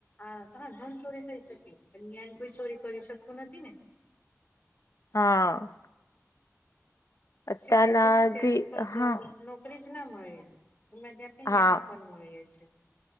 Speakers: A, on the left; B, on the left.
A: આ હા ધન ચોરી થઈ શકે પણ જ્ઞાન કોઈ ચોરી કરી શકતું નથી ને.
B: હા. અત્યારના
A: શિક્ષણ થી સુ છે
B: જે
A: ફક્ત
B: હા
A: નો નોકરી જ ના મળીએ અને ત્યાં પણ જ્ઞાન
B: હા
A: પણ મળીએ છીએ.